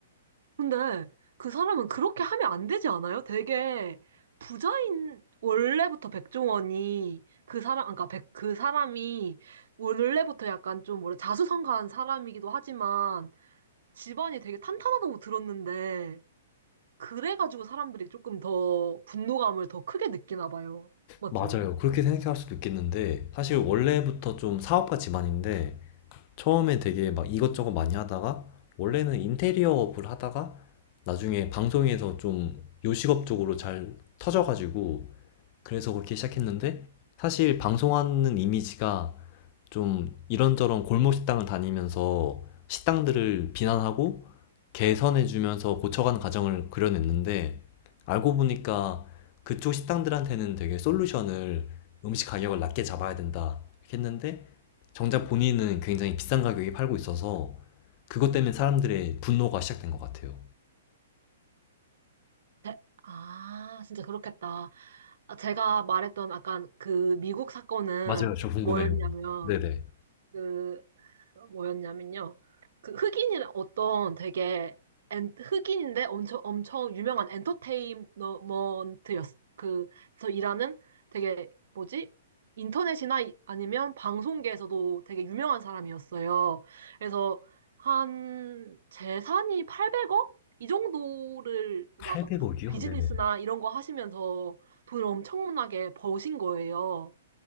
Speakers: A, on the right; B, on the left.
A: 근데 그 사람은 그렇게 하면 안 되지 않아요? 되게 부자인 원래부터 백종원이 그 사람 그러니까 백, 그 사람이 원래부터 약간 좀 뭐래 자수성가한 사람이기도 하지만 집안이 되게 탄탄하다고 들었는데 그래가지고 사람들이 조금 더 분노감을 더 크게 느끼나 봐요. 맞죠?
B: 맞아요. 그렇게 생각할 수도 있겠는데 사실 원래부터 좀 사업가 집안인데 처음에 되게 막 이것저것 많이 하다가 원래는 인테리어업을 하다가 나중에 방송에서 좀 요식업 쪽으로 잘 터져가지고 그래서 그렇게 시작했는데 사실 방송하는 이미지가 좀 이런저런 골목 식당을 다니면서 식당들을 비난하고 개선해주면서 고쳐가는 과정을 그려냈는데 알고 보니까 그쪽 식당들한테는 되게 솔루션을 음식 가격을 낮게 잡아야 된다 이렇게 했는데 정작 본인은 굉장히 비싼 가격에 팔고 있어서 그것 때문에 사람들의 분노가 시작된 것 같아요.
A: 제- 아, 진짜 그렇겠다. 아, 제가 말했던 아까 그 미국 사건은
B: 맞아요. 저 궁금해요.
A: 뭐였냐면
B: 네네.
A: 그 뭐였냐면요. 그 흑인이 어떤 되게 엔, 흑인인데 엄청 엄청 유명한 엔터테인먼트였 그서 일하는 되게 뭐지? 인터넷이나 이- 아니면 방송계에서도 되게 유명한 사람이었어요. 그래서 한 재산이 800억 이 정도를
B: 800억이요?
A: 막 비즈니스나
B: 네네.
A: 이런 거 하시면서 돈을 엄청나게 버신 거예요.